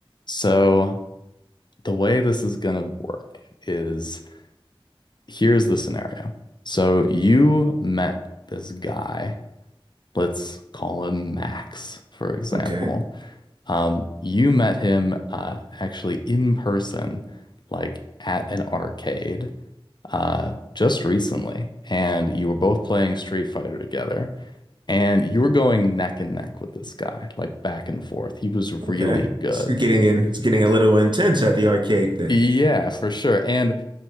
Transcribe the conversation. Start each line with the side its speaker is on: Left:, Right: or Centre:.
Left: So, the way this is going to work is here's the scenario. So, you met this guy, let's call him Max, for example.
Right: Okay.
Left: Um, you met him uh, actually in person, like at an arcade, uh, just recently, and you were both playing Street Fighter together. And you were going neck and neck with this guy, like back and forth. He was really
Right: Okay.
Left: good.
Right: It's getting in, it's getting a little intense at the arcade then.
Left: Yeah, for sure. And